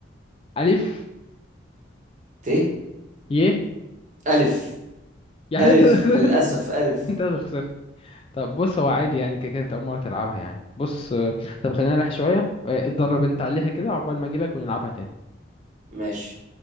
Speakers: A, on the left (about 30°); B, on the right (about 40°).
A: الف
B: ت
A: ي
B: ألف
A: يعني
B: ألف
A: انت اللي خسرت
B: للأسف ألف
A: <laughs> انت اللي خسرت طب بص هو عادي يعني كده كانت أول مرة تلعبها يعني بص آه، طب خلينا نريح شوية آه، اتدرب أنت عليها كده عقبال ما أجيلك ونلعبها تاني
B: ماشي